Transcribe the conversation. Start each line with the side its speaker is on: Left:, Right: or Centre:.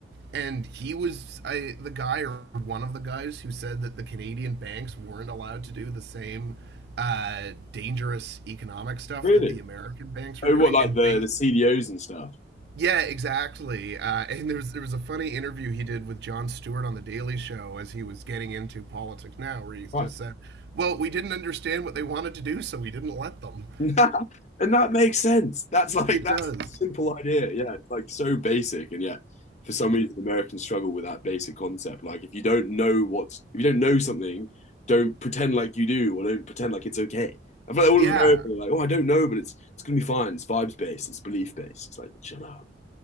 Right: and he was I, the guy or one of the guys who said that the Canadian banks weren't allowed to do the same uh, dangerous economic stuff
Left: Really?
Right: that the American banks
Left: Oh,
Right: were doing,
Left: what like
Right: and
Left: the
Right: based
Left: the CDOs and stuff.
Right: yeah, exactly. Uh, and there was there was a funny interview he did with Jon Stewart on the Daily Show as he was getting into politics now, where he just
Left: Right.
Right: said, "Well, we didn't understand what they wanted to do, so we didn't let them."
Left: <laughs> and that makes sense. That's like
Right: It
Left: that's
Right: does.
Left: a simple idea. Yeah, it's like so basic, and yet for some reason Americans struggle with that basic concept. Like if you don't know what's if you don't know something, don't pretend like you do, or don't pretend like it's okay. I feel like all
Right: Yeah,
Left: of America are like, oh, I don't know, but it's it's gonna be fine. It's vibes based. It's belief based. It's like chill out.